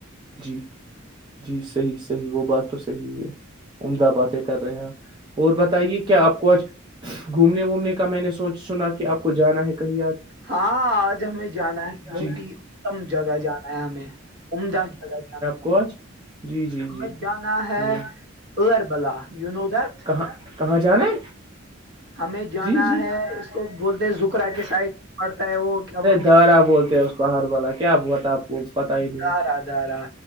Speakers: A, on the right; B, on the right.
A: جی جی صحیح صحیح وہ بات تو صحیح ہے عمدہ باتیں کر رہے ہیں آپ اور بتائیے کیا آپ کو آج گھومنے وومنے کا میں نے سوچ سنا کہ آپ کو جانا ہے کہیں آج
B: ہاں آج ہمیں جانا ہے بہت
A: جی
B: ہی اتم جگہ جانا ہے ہمیں عمدہ جگہ جانا ہے
A: کوچ جی جی
B: ہمیں
A: جی
B: جانا ہے
A: ہوں،
B: ار بلا یو نو دیت
A: کہاں کہاں جانا ہے
B: ہمیں جانا
A: جی جی
B: ہے اس کو بولتے
A: ارے
B: زکرا کے سائڈ پڑتا ہے وہ کیا بول
A: دارا بولتے ہیں اس کو کہر والا کیا بتا آپ کو پتا ہی
B: ہیں،
A: نہیں
B: دارا
A: ہے
B: دارا